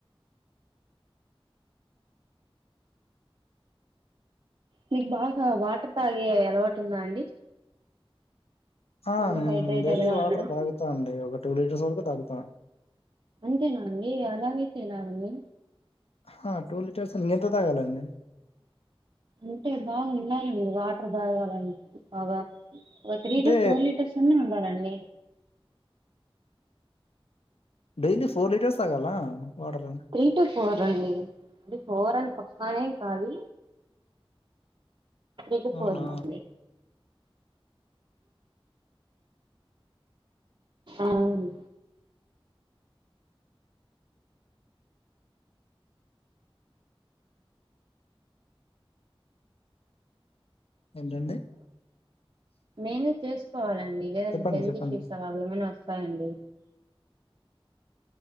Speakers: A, on the right; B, on the left.
A: మీక్ బాగా వాటర్ తాగే అలవాటుందా అండి
B: ఆ
A: అంటే
B: నేన్
A: హైడ్రేటెడ్
B: డైలీ
A: గా
B: వాటర్
A: ఉండడం
B: తాగుతా అండీ ఒక టూ లీటర్స్ వరకు తాగుతా
A: అంతేనా అండీ అలాగైతే ఎలాగండి
B: హా టూ లీటర్స్ అన్ ఇంగెంత తాగాలండి
A: అంటే బాగుండాలండి వాటర్ దాగాలన్ బాగా ఓ త్రీ
B: అంటే
A: టు ఫోర్ లీటర్స్ అన్న ఉండాలండి
B: డైలీ ఫోర్ లీటర్స్ తాగాలా వాటరు
A: త్రీ టు ఫోర్ అండి అది ఫోర్ అన్ పక్కానేం కాదు త్రీ టు ఫోర్
B: అవునా
A: మంది ఆవును
B: ఏంటండి
A: నేనే చేస్కోవాలండి లేదంటే
B: చెప్పండి
A: హెల్త్
B: చెప్పండి
A: ఇష్యూస్ అలా గేమన్న వస్ సాయండి